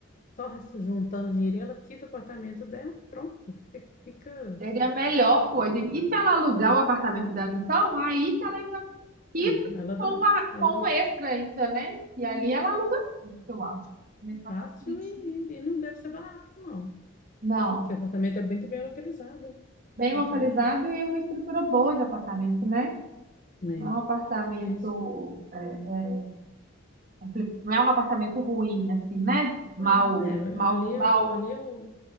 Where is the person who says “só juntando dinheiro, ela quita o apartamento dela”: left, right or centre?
Left